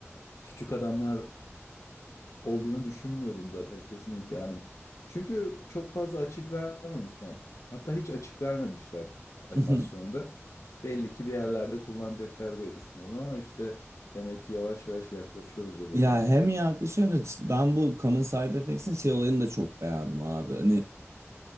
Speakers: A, on the left; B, on the right.
A: küçük adamlar olduğunu düşünmüyordum zaten kesinlikle. Yani çünkü çok fazla açık vermemiş. Yani hatta hiç açık vermemişler animasyonda.
B: <laughs> <laughs>
A: Belli ki bir yerlerde kullanacaklar diye düşünüyordum ama işte demek ki yavaş yavaş yaklaşıyoruz o
B: Ya
A: bölümlere.
B: hem yaklaşıyor hem de işte ben bu Common Side Effects'in şey olayını da çok beğendim abi. Hani